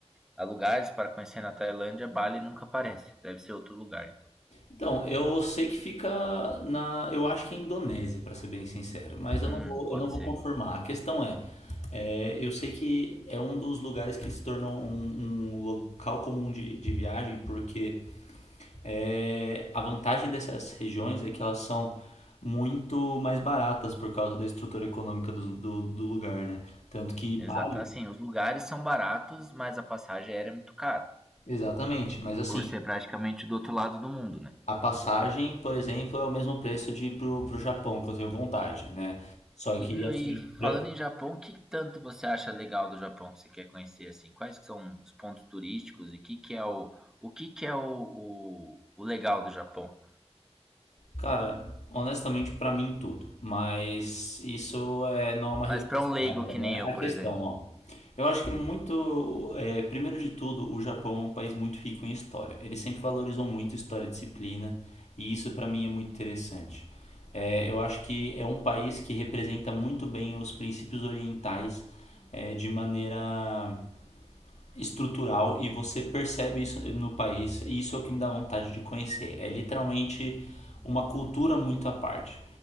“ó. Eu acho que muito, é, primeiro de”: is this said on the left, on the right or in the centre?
Left